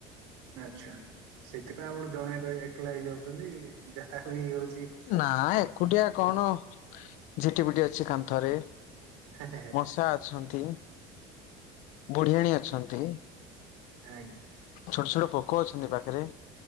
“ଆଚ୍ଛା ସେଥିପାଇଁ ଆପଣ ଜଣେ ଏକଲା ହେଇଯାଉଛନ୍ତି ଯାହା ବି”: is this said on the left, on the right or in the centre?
Right